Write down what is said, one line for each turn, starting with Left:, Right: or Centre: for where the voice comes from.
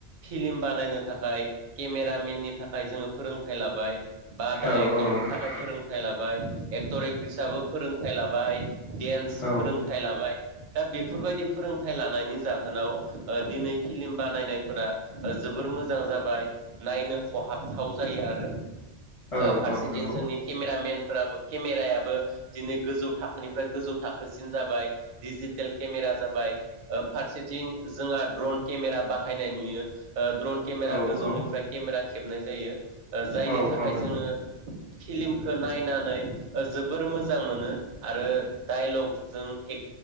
Right: फिल्म बानायनो थाखाय केमेरामेननि थाखाय जोङो फोरोंथाइ लाबाय बा डाइरेक्टरनि
Left: औ औ
Right: थाखाय फोरोंथाइ लाबाय एक्टर एक्ट्रिसाबो फोरों फोरोंथाइ लाबाय डेन्स
Left: औ
Right: फोरोंथाइ लाबाय दा बेफोरबायदि फोरोंथाइ लानायनि जाहोनाव दिनै फिल्म बानायनायफोरा जों जोबोर मोजां जाबाय नायनो खहाबथाव जायो आरो
Left: औ
Right: फारसेथिं
Left: औ नंगौ
Right: जोंनि केमेरामेनफोराबो केमेरायाबो दिनै गोजौ थाखोनिफ्राय गोजौ थाखोसिन जाबाय दिडिजिटेल केमेरा जाबाय फारसेथिं जोंहा द्रन केमेरा बाहायनाय नुयो ड्रन केमेरा
Left: औ
Right: गोजौनिफ्राय
Left: औ
Right: केमेरा खेबनाय जायो जायनि
Left: औ
Right: थाखाय
Left: औ
Right: जोङो फिल्मखौ नायनानै जोबोर मोजां मोनो आरो डाइलगजों ए